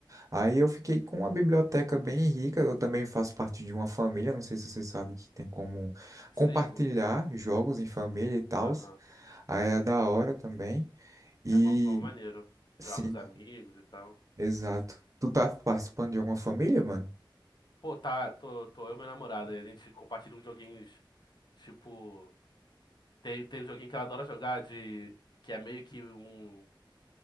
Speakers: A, on the right (about 40°); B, on the left (about 55°).
A: Aí eu fiquei com uma biblioteca bem rica. Eu também faço parte de uma família. Não sei se você sabe que tem como
B: Sim,
A: compartilhar jogos em família e tal.
B: aham.
A: Aí é da hora também. E
B: É uma, uma maneiro.
A: sim,
B: Jogar com os amigos e tal.
A: exato. Tu tá participando de alguma família, mano?
B: Pô, tá, tô, tô eu e minha namorada, e a gente compartilha uns joguinhos, tipo... Tem, tem um joguinho que ela adora jogar, de... Que é meio que um...